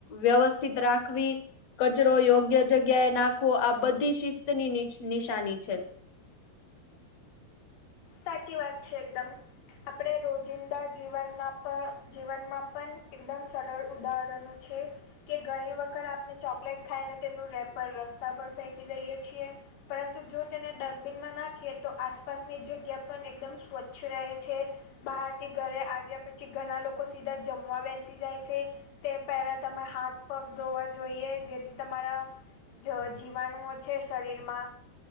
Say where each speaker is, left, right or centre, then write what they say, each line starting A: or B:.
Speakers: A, on the left; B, on the left.
A: વ્યવસ્થિત રાખવી કચરો યોગ્ય જગ્યાએ નાખવો આ બધી શિસ્ત ની નિશાની છે
B: સાચી વાત છે એકદમ આપણે રોજિંદા જીવનમાં પણ જીવનમાં પણ એકદમ સરળ ઉદાહરણો છે કે ઘણી વખત આપને ચોકલેટ ખાઈ ને તેનું રેપરખ ફેકી દઈએ છીએ પરંતુ જો તેને ડસ્ટબિનમાં નાખીએ તો આસપાસની જગ્યા પણ એકદમ સ્વચ્છ રહે છે બહારથી ઘરે આવ્યા પછી ઘણા લોકો સીધા જમવા બેસી જાય છે તે પહેલા તમે હાથ પગ ધોવા જોઈએ જેથી તમારા જ જીવાણુઓ છે શરીરમાં.